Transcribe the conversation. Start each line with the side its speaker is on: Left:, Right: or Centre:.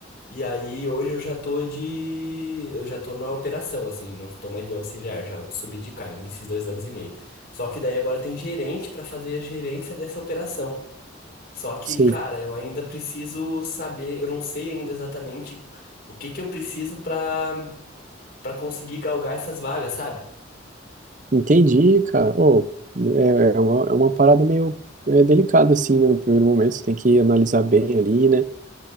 Left: E aí hoje eu já tô de. Eu já tô na operação, assim, não tô mais de auxiliar, já subi de cargo nesses dois anos e meio. Só que daí agora tem gerente pra fazer a gerência dessa operação. Só que,
Right: Sim,
Left: cara, eu ainda preciso saber, eu não sei ainda exatamente o que que eu preciso pra para conseguir galgar essas vagas, sabe?
Right: entendi, cara. Oh, é, é uma, é uma parada meio é, delicada, assim, né? No primeiro momento, você tem que analisar bem ali, né?